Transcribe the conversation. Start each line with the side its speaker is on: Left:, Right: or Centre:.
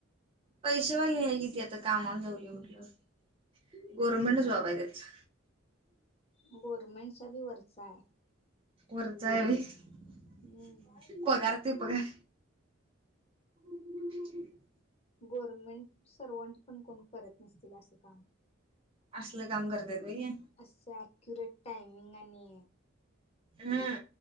Right: पैसेवाली आहे ती आता कामाला जावली म्हटल्यावर गव्हर्नमेंट जॉब आहे त्याचा.
Left: गव्हर्नमेंटच्या बी वरचा हाय.
Right: वरचा आहे होय.
Left: हम्म
Right: पगार ते पगार ह्
Left: गोरर्मेंट सर्वंट पण कोण करत नसतील आसं काम.
Right: असलं काम करत वय ये.
Left: असं ऍक्युरेट टायमिंग आणि
Right: हम्म